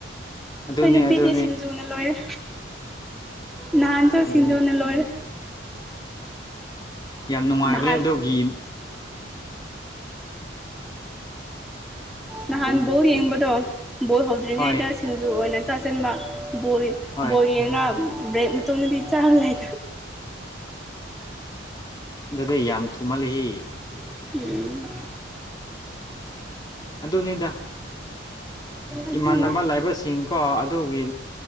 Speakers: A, on the left (about 20°); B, in the centre.
A: ꯑꯗꯨꯅꯤ
B: ꯍꯣꯏ ꯅꯨꯄꯤꯗꯤ
A: ꯑꯗꯨꯅꯤ
B: ꯁꯤꯡꯖꯨꯅ ꯂꯣꯏꯔꯦ꯫ ꯅꯍꯥꯟꯁꯨ
A: ꯑꯗꯨꯅꯤ
B: ꯁꯤꯡꯖꯨꯅ ꯂꯣꯏꯔꯦ꯫
A: ꯌꯥꯝ ꯅꯨꯡꯉꯥꯏꯕꯅꯦ
B: ꯅꯍꯥꯟ
A: ꯑꯗꯨꯒꯤ
B: ꯅꯍꯥꯟ
A: ꯑꯗꯨꯅꯤ
B: ꯕꯣꯜ ꯌꯦꯡꯕꯗꯣ ꯕꯣꯜ ꯍꯧꯗ꯭ꯔꯤꯉꯩꯗ
A: ꯍꯣꯏ
B: ꯁꯤꯡꯖꯨ ꯑꯣꯏꯅ ꯆꯥꯁꯤꯟꯕ ꯕꯣꯜ
A: ꯍꯣꯏ
B: ꯕꯣꯜ ꯌꯦꯡꯉꯥ ꯕ꯭ꯔꯦꯛ ꯃꯇꯨꯡꯗꯗꯤ ꯆꯥꯅ ꯂꯩ
A: ꯑꯗꯨꯗꯤ ꯌꯥꯝ ꯊꯨꯃꯜꯂꯤꯍꯦ꯫
B: ꯎꯝ꯫
A: ꯗꯨꯅꯤꯗ꯫
B: ꯑꯗꯨꯅꯦ
A: ꯏꯃꯥꯟꯅꯕ ꯂꯥꯏꯕꯁꯤꯡ ꯀꯣ ꯑꯗꯨꯒꯤ